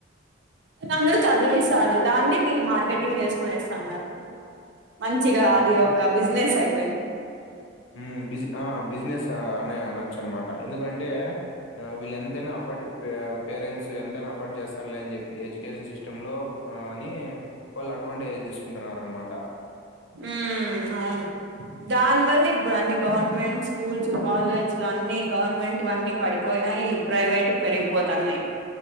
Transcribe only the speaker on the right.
నదరు చదివిసారు దాన్ని మీరు మార్కెటింగ్ జేసుకునేస్తున్నారు. మంచిగా
అది ఒక బిజినెస్ అయిపోయద్
ఉహ్ అవును దానివలనే ఇప్పుడు అన్ని గవర్నమెంట్ స్కూల్స్, కాలేజ్లు అన్ని గవర్నమెంట్వన్నీ పడిపోయినాయి. ప్రైవేట్ పెరిగిపోతన్నాయ్.